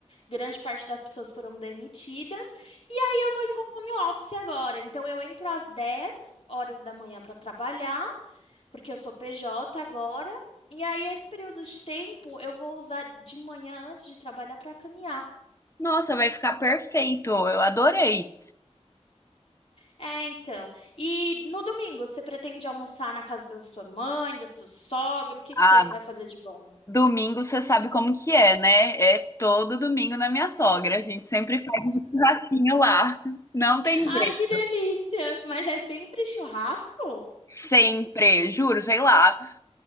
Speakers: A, on the left; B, on the left.
A: Grande parte das pessoas foram demitidas. E aí eu tô em home office agora. Então eu entro às 10 horas da manhã para trabalhar porque eu sou PJ agora. E aí, esse período de tempo, eu vou usar de manhã antes de trabalhar para caminhar.
B: Nossa, vai ficar perfeito. Eu adorei.
A: É, então. E no domingo, você pretende almoçar na casa da sua mãe, da sua sogra? O que que
B: Ah,
A: você vai fazer de bom?
B: domingo você sabe como que é, né? É todo domingo na minha sogra. A gente sempre faz um churrasquinho lá. Não tem
A: Ai,
B: jeito.
A: que delícia! Mas é sempre churrasco?
B: Sempre, juro, sei lá.